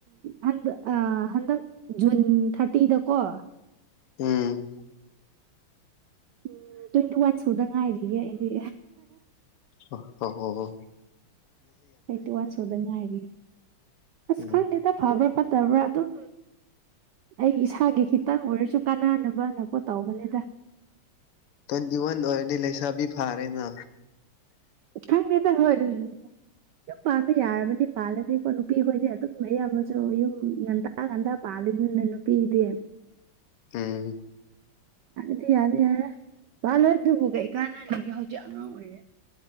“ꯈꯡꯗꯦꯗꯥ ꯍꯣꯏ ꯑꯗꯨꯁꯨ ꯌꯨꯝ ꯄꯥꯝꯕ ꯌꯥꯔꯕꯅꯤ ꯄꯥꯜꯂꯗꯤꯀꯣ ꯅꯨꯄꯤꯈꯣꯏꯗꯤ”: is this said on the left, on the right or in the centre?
Right